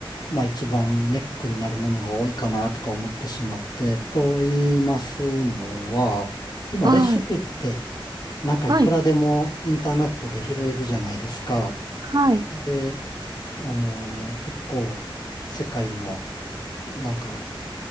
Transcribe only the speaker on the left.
まあ一番ネックになるものが多いかなとか思ってしまって、と言いますのは、今レシピって
なんかいくらでもインターネットで拾えるじゃないですか。
で、あの、結構世界のなんか